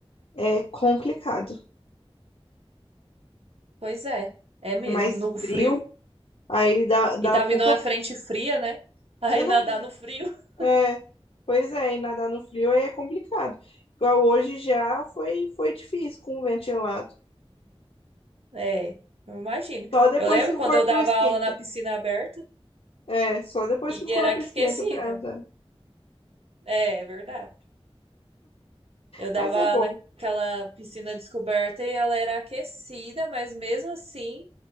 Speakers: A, on the left; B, on the right.
A: é complicado.
B: Pois é, é mesmo,
A: É mais
B: no
A: frio,
B: frio.
A: aí dá, dá
B: E tá
A: pouca.
B: vindo uma frente fria, né? Aí
A: Eu não.
B: nadar no frio. <laughs>
A: É, pois é, e nadar no frio aí é complicado. Igual hoje já foi, foi difícil com o ventilado.
B: É, eu imagino.
A: Só depois
B: Eu lembro
A: que o
B: quando
A: corpo
B: eu dava
A: esquenta.
B: aula na piscina aberta
A: É, só depois
B: e
A: que o corpo
B: era aquecida.
A: esquenta pra andar.
B: É, é verdade. Eu dava
A: Mas é bom.
B: naquela piscina descoberta e ela era aquecida, mas mesmo assim,